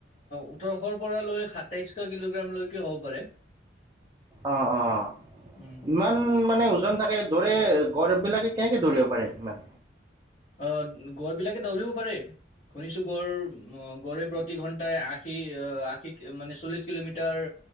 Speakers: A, on the left (about 40°); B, on the right (about 20°).
A: ওঠৰশ পৰা লৈ সাতাইশশ কিলোগ্ৰাম লৈকে হব পাৰে।
B: অহ - অহ
A: উম
B: ইমান মানে ওজন থাকে দৌৰে গড়ে- গড়বিলাকে কেনেকে দৌৰিব পাৰে ইমান?
A: অহ, গড় বিলাকে দাউৰিব পাৰে। শুনিছো গড় -গড়ে প্ৰতি ঘন্টাই আশী- আশী মানে চল্লিশ কিলোমিটাৰ